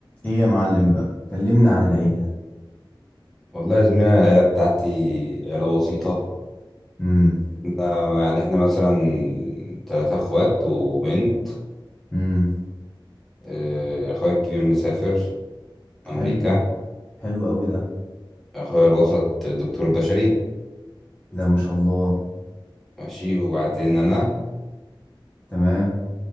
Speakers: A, on the left (about 20°); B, in the centre.
A: ايه يا معلم بقى كلمنا عن العيلة
B: والله يا زميلي أنا العيلة بتاعتي عيلة بسيطة
A: امم
B: آه، يعني احنا مثلا تلاتة اخوات وبنت
A: امم
B: آه، اخويا الكبير مسافر امريكا
A: حلو حلو قوي ده
B: اخويا الوسط دكتور بشري
A: ده ما شاء الله
B: ماشي وبعدين انا
A: تمام